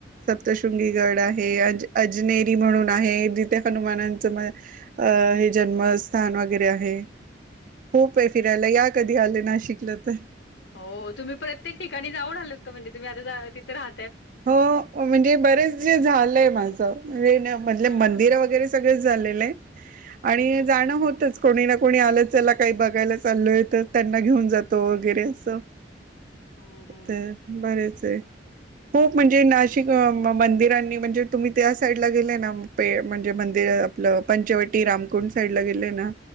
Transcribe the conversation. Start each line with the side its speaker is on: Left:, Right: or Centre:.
Right: सप्तशृंगी गड आहे, अ अजनेरी म्हणून आहे, जिथे हनुमानांच म हे जन्मस्थान वगैरे आहे खूप आहे फिरायला या कधी आले नाशिकला तर.
Left: हो तुम्ही प्रत्येक ठिकाणी जाऊन आल. म्हणजे तुम्ही आता तिथं राह
Right: हो म्हणजे बरेच जे झालंय माझ तर. म्हणजे
Left: हां
Right: मंदिर
Left: हां हां.
Right: वगैरे सगळच झालेलं आहे,
Left: हं
Right: आणि
Left: हं.
Right: जाणं होतच, कोणी ना कोणी आलं चला काही बघायला चाललोय. आहे तर त्यांना घेऊन जातो. वगैरे असं
Left: हं हं.
Right: तर बरेच ते. खूप म्हणजे नाशिक मंदिरांनी म्हणजे तुम्ही त्या साईडला गेले ना पे म्हणजे मंदिर आपलं पंचवटी रामकुंड साईडला गेले ना